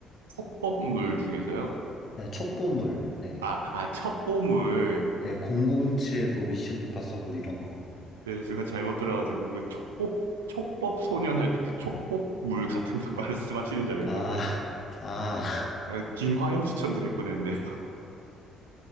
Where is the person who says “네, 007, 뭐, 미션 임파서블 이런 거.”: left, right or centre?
Left